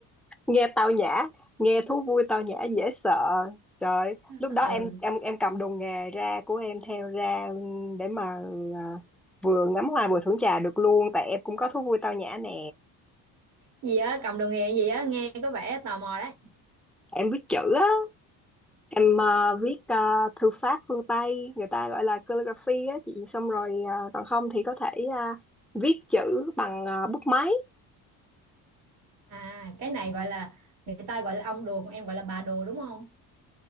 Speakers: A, in the centre; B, on the right.
A: nghe tao nhã nghe thú vui tao nhã dễ sợ trời
B: <laughs>
A: lúc đó em
B: ừ
A: em em cầm đồ nghề ra của em theo ra để mà à, vừa ngắm hoa vừa thưởng trà được luôn tại em cũng có thú vui tao nhã nè
B: gì á cầm đồ nghề gì á nghe có vẻ tò mò đấy
A: em viết chữ á em à, viết à, thư pháp phương Tây người ta gọi là calligraphy á chị xong rồi à, còn không thì có thể à, viết chữ bằng à, bút máy
B: à cái này gọi là người ta gọi là ông đồ còn em gọi là bà đồ đúng không